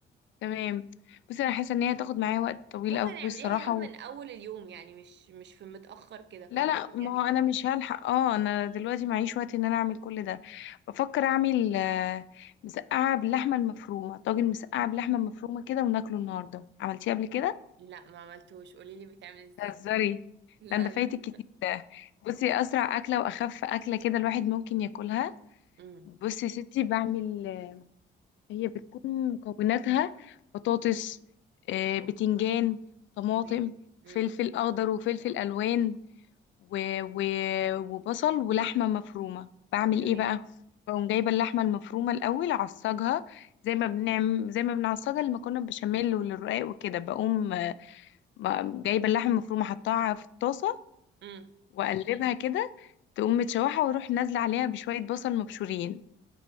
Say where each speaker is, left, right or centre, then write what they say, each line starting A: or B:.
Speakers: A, on the left; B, on the right.
A: تمام بس انا حاسه ان هي هتاخد معايا وقت طويل
B: ممكن
A: قوي
B: نعمليها
A: الصراحه
B: يوم من اول اليوم يعني مش مش في متأخر كده فاهمة
A: لا لا
B: تعمليها
A: ما
B: يوم
A: هو انا مش هلحق اه انا
B: مم.
A: دلوقتي معيش وقت ان انا اعمل كل ده بفكر اعمل آه، مسقعه باللحمه المفرومه طاجن مسقعه باللحمه المفرومه كده وناكله النهارده عملتيه قبل كده
B: لا ما عملتوش قوليلي بيتعمل ازاي
A: بتهزري
B: <laughs> لا
A: لا ده فايتك
B: لا
A: كتير ده بصي اسرع اكله واخف اكله كده الواحد ممكن ياكلها
B: امم
A: بصي يا ستي بعمل آه، هي بتكون مكوناتها بطاطس آه، بتنجان طماطم
B: ماشي امم
A: فلفل اخضر وفلفل الوان و... و... وبصل ولحمة مفرومة بعمل
B: تمام
A: ايه بقى بقوم جايبة اللحمة المفرومة الأول أعصجها زي ما بنعمل زي ما بنعصجها لما كنا بشاميل وللرقاق وكده بقوم آه، م- جايبة اللحمة المفرومة حطاها في الطاسة
B: امم
A: وأقلبها كده تقوم متشوحة وأروح نازلة عليها بشوية بصل مبشورين